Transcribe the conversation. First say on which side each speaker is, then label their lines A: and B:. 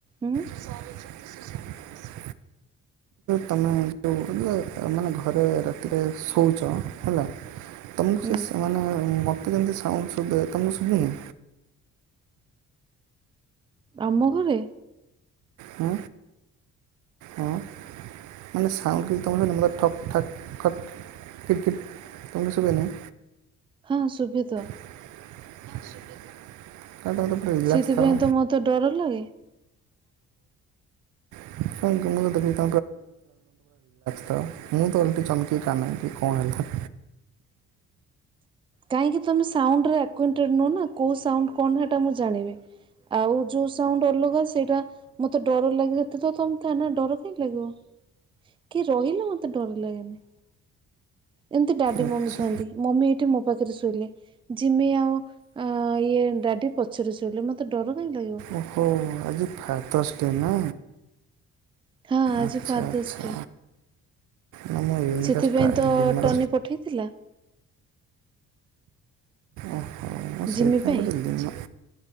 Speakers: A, on the right; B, on the right.
A: ହୁଁ
B: <unintelligible> ତମେ ଯୋଉ ସବୁ ମାନେ ଘରେ ରାତିରେ ଶୋଉଛ ହେଲା, ତୁମକୁ ସେ
A: ହୁଁ।
B: ସ ମାନେ-ଏ-ଏ ମତେ ଯେମିତି ସାଉଣ୍ଡ ଶୁଭେ ତମକୁ ଶୁଭିବେନି।
A: ଆମ ଘରେ?
B: ଆ ଆଁ ମାନେ ସାଉଣ୍ଡ ବି ତମର ତମର ଠକ୍ ଠାକ୍ ଠକ୍ କିଟକିଟ କଣ ଶୁଭେନା?
A: ହଁ ଶୁଭେ ତ।
B: <unintelligible>
A: ସେଥିପାଇଁ
B: ଥାଅ
A: ତ ମତେ ଡର ଲାଗେ।
B: <unintelligible> ପୁରା ରିଲାକ୍ସ ତ ମୁଁ ତ ଓଲଟି ଚମକି କାନୟେ କି କଣ ହେଲା।
A: କାହିଁକି ତମେ ସାଉଣ୍ଡ ରେ ଆକୁଏଣ୍ଟେଡ଼୍ ନୁହଁ ନା କୋଉ ସାଉଣ୍ଡ କଣ ହେଟା ମୁଁ ଜାଣିବି। ଆଉ ଯୋଉ ସାଉଣ୍ଡ ଅଲଗା ସେଇଟା ମତେ ଡର ଲାଗେ ତ-ତ-ଅ ତମ କାନରେ ଡର କାହିଁକି ଲାଗିବ, କି ରହିଲେ ମତେ ଡର ଲାଗେନି। ଏମିତି ଡାଡି,
B: ଆଚ୍ଛା
A: ମମି ଥାନ୍ତି ମମି ଏଇଠି ମୋ ପାଖରେ ଶୋଇଲେ। ଜିମି ଆଉ ଆ-ଆ-ଆ ଇଏ ଡାଡି ପଛରେ ଶୋଇଲେ ମତେ ଡର କାହିଁ ଲାଗିବ।
B: ଓ-ଓ-ଓ ଆଜି ଫାଦର୍ସ ଡେ ନା?
A: ହଁ ଆଜି
B: ଆଚ୍ଛା
A: ଫାଦର୍ସ
B: ଆଚ୍ଛା।
A: ଡେ।
B: ନା ମୁଁ ଏଇନିକା
A: ସେଥିପାଇଁ
B: ଷ୍ଟା
A: ତ-ଅ-ଅ-ଅ
B: ଲିମାର
A: ଟନି ପଠେଇଥିଲା।
B: ଓହୋ ମୁ ସେଇଥିପାଇ
A: ଜିମି ପାଇଁ
B: କହୁଛି ଲି ମୁଁ